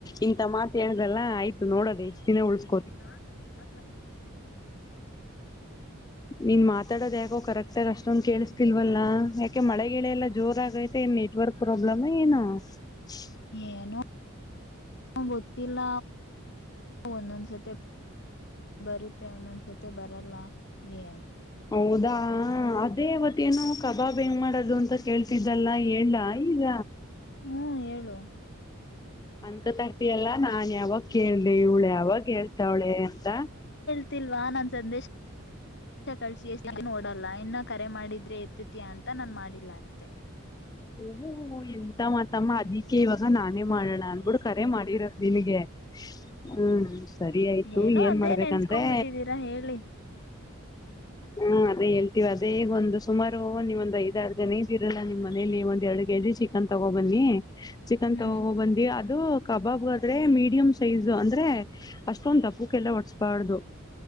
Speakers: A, on the left (about 20°); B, on the left (about 55°).
A: ಇಂತ ಮಾತ ಹೇಳ್ದಲ್ಲ ಆಯ್ತು ನೋಡದೆ ಇಷ್ಟು ದಿನ ಉಳ <unintelligible>
B: ನಕು ನಾಾನ ಲಕ್ಷ <unintelligible>
A: ನೀನ್ ಮಾತಾಡೋದ ಯಾಕ <unintelligible> ಕರೆಕ್ಟ್ ಆಗಿ ಅಷ್ಟೊಂದು ಕೇಳಸ್ತಿಲ್ವಲ್ಲಾ ಯಾಕೆ ಮಳೆಗಿಳೆಲ್ಲ ಜೋರ ಆಗೈತೆ ಏನ್ ನೆಟ್ವರ್ಕ್ ಪ್ರಾಬ್ಲಮ್ ಏ <unintelligible> ಹ <unintelligible>
B: ಏನು ಗೊತ್ತಿಲ್ಲ ಒಂದೊಂದ್ಸತಿ ಬರುತ್ತೆ ಒಂದೊಂದ್ಸತಿ ಬರಲ್ಲ ಏ
A: ಹೌದಾ <unintelligible> ಹಾ ಅದೇವತ್ತೇನು ಕಬಾಬ್ ಹೆಂಗ್ ಮಾಡೋದು ಅಂತ ಕೇಳ್ತಿದ್ದಲ್ಲ ಎಲ್ಲ ಈಗ
B: ಹ್ಮ್ ಹೇಳು
A: ಅಂತ ತರ್ತಿಯಲ್ಲಾ ನಾನ್ ಯಾವಾಗ ಕೇಳ್ದ ಇವಳು ಯಾವಾಗ ಹೇಳ್ತಾವಳೆ ಅಂತ
B: <unintelligible> ಲ್ವಾ <unintelligible> ನನ್ ಸಂದೇಶ ಕಿಸಿ ನೋಡಲ್ಲ ಇನ್ನ ಕರೆ ಮಾಡಿದ್ದ <unintelligible> ಇದ್ರೆ ಎತ್ತತಿಯಾ ಅಂತ ನಾನನ್ ಮಾಡಿಲ್ಲ ಅಷ್ಟೇ
A: ಓಹೋ ಎಂತ ಮಾತಮ್ಮ ಅದಕ್ಕೆ ಇವಾಗ ನಾನೇ ಮಾಡೋಣ ಅಂತ <unintelligible> ಬಿಡು ಕರೆ ಮಾಡಿರದ ನಿನಗೆ ಹ್ಮ್ ಸರಿ ಆಯ್ತು
B: ಏನೋ
A: ಏನ್
B: ಅದೇ
A: ಮಾಡ್ಬೇಕಂದ್ರೆ
B: ನೆನ್ಸ್ಕೊಂಡ್ ಬಿಟ್ಟಿದ್ದೀರಾ ಹೇಳಿ
A: ಹಾ ಅದೇ ಹೇಳ್ತೀವಿ ಅದೇಗ ಒಂದು ಸುಮಾರು ನೀವೊಂದಂದು ಐದಾರು ಜನ ಇದ್ದಿರಲ್ಲ ನಿಮ್ಮ ಮನೇಲಿ ಒಂದ್ ಎರಡು ಚಿಕನ್ ತಗೋ ಬನ್ನಿ ಚಿಕನ್
B: ಹ್ಮ್
A: ತಗೋ ಬಂದಿ ಅದು ಕಬಾಬ್ ಮೀಡಿಯಂ ಸೈಜ್ ಅಂದ್ರೆ ಅಷ್ಟೊಂದ ಧಪ್ಪುಕ್ಕೆಲ್ಲ ಹೊಸ್ಬಾರ್ದು